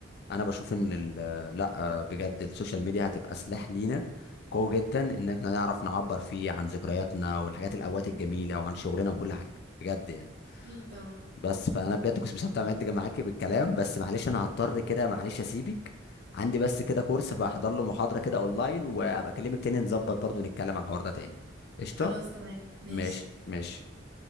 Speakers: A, on the left (about 50°); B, on the right (about 50°).
A: انا بشوف
B: مم.
A: ان ال- لا بجد السوشيال ميديا هتبقى سلاح لينا قوي جدا ان احنا نعرف نعبر فيه عن ذكرياتنا والحاجات الاوقات الجميله وعن شغلنا وكل حاجه بجد يعني
B: اكيد طبعا
A: بس فانا بجد كنت مستمتع معاك معاكي بالكلام بس معلش انا هضطر كده معلش اسيبك عندي بس كده كورس بحضر له محاضره كده اونلاين وابقى اكلمك تاني نظبط برضو نتكلم على الحوار ده تاني قشطه
B: خلاص تمام ماشي
A: ماشي ماشي